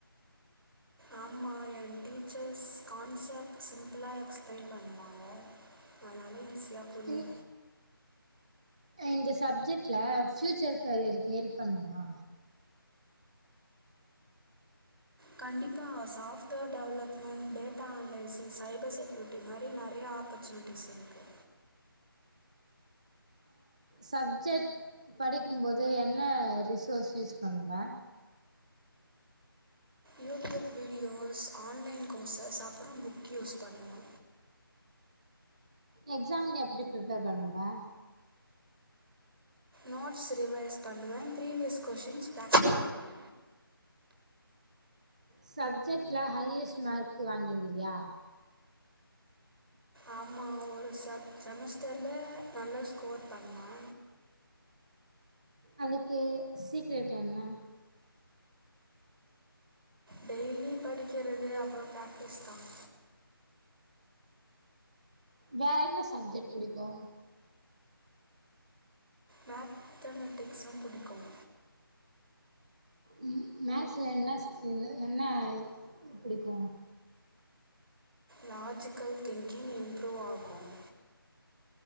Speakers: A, on the right (about 70°); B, on the right (about 15°).
A: ஆமா எ டீச்சர்ஸ் கான்செப்ட் சிம்பிளா எக்ஸ்பிளைன் பண்ணுவாங்க அதனால ஈசி யா புரியு
B: இந் இந்த சப்ஜெட்ல பியூச்சர் கரியருக்கு ஹெல்ப் பண்ணுமா
A: கண்டிப்பா software development data analysis cyber security மாரி நெறயா ஆப்பர்ச்சுனிட்டிஸ் இருக்கு
B: சப்ஜெட் படிக்கும்போது என்ன ரிசோர்ஸ் யூஸ் பண்வ
A: யூடியூப் வீடியோஸ் ஆன்லைன் கோர்சஸ் அப்பற புக் யூஸ் பண்ணுவ
B: எக்ஸாம்க்கு எப்டி ப்ரிபேர் பண்ணுவ
A: நோட்ஸ் ரிவைஸ் பண்ணுவ பிரிவியஸ் கொஷின்ஸ் பிரேக்டிஸ் பண்ணுவ
B: சப்ஜெட்ல ஹையஸ்ட் மார்க்கு வாங்கி இருக்கியா
A: ஆமா ஒரு செ செமஸ்டர்ல நல்ல ஸ்கோர் பண்ணே
B: அதுக்கு சீக்ரெட் என்ன
A: டெய்லி படிக்கிறது அப்புறம் பிராக்டிஸ் தான்
B: வேற என்ன சப்ஜெட் புடிக்கு
A: மேத்தமெட்டிக்ஸும் புடிக்கும்
B: ம் மேக்ஸ்ல என்ன ச என்ன என்ன புடிக்கும்
A: லாஜிக்கல் திங்கிங் இம்ப்ரூவ் ஆகும்